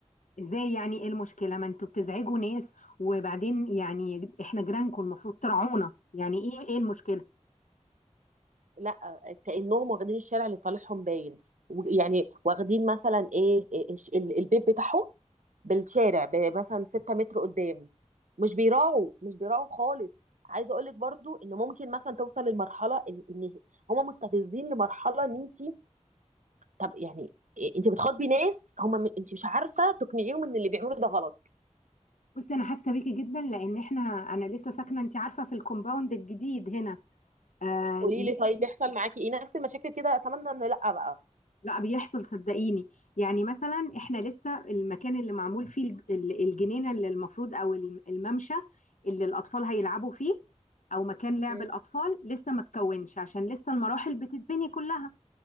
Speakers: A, on the left; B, on the right.
A: ازاي يعني ايه المشكلة ما انتوا بتزعجوا ناس وبعدين يعني احنا جيرانكم المفروض ترعونا يعني ايه ايه المشكلة
B: لا كانهم واخدين الشارع لصالحهم باين و- يعني واخدين مثلا ايه إيه- إيش- ال- البيت بتاعهم بالشارع ب- مثلا 6 متر قدام مش بيراعوا مش بيراعوا خالص عايزه اقول لك برضو ان ممكن مثلا توصل للمرحله ال- ان هم مستفزين لمرحله ان انت طب يعني إيه، انت بتخاطبي ناس هم م- انت مش عارفه تقنعيهم ان اللي بيعملوه ده غلط
A: بصي انا حاسة بيكي جدا لان احنا انا لسه ساكنة انت عارفة في الكومباوند الجديد هنا آه
B: قولي
A: لسه-
B: لي طيب بيحصل معاكي ايه نفس المشاكل كده اتمنى ان لا بقى
A: لا بيحصل صدقيني يعني مثلا احنا لسه المكان اللي معمول فيه الج- ال- الجنينة اللي المفروض او الم- الممشى اللي الاطفال هيلعبوا فيه او مكان لعب
B: مم.
A: الاطفال لسه ما اتكونش عشان لسه المراحل بتتبني كلها